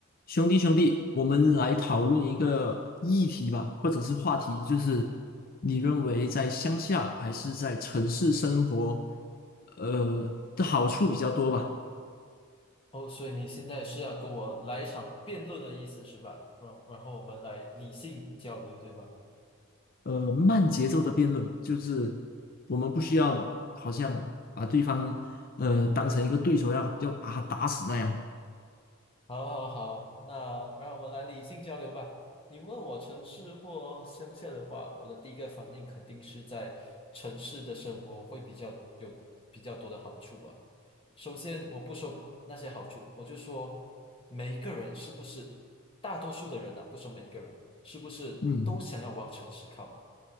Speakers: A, on the left; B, on the left.
A: 兄弟，兄弟，我们来讨论一个议题吧，或者是话题，就是你认为在乡下还是在城市生活，呃的好处比较多吧？
B: 哦，所以你现在是要跟我来一场辩论的意思是吧？然然后我们来理性交流，对吧？
A: 呃，慢节奏的辩论，就是我们不需要好像把对方呃当成一个对手要要把他打死那样。
B: 好，好，好，那让我们来理性交流吧。你问我城市或乡下的话，我的第一个反应肯定是在城市的生活会比较有比较多的好处啊。首先，我不说那些好处，我就说每一个人是不是，大多数的人呐、不说每一个人，是不是都想要往城市靠？
A: 嗯。